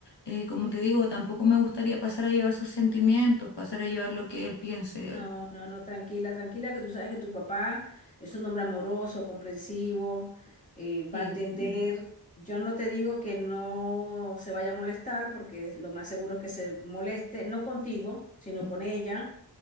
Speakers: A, on the left; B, on the left.
A: eh, como te digo, tampoco me gustaría pasar a llevar sus sentimientos, pasar a llevar lo que él piense.
B: No, no, no, tranquila, tranquila, que tú sabes que tu papá es un hombre amoroso, comprensivo, eh, va
A: Sí,
B: a entender.
A: sí,
B: Yo no te digo que no se vaya a molestar, porque lo más seguro es que se moleste, no contigo, sino
A: sí,
B: con ella,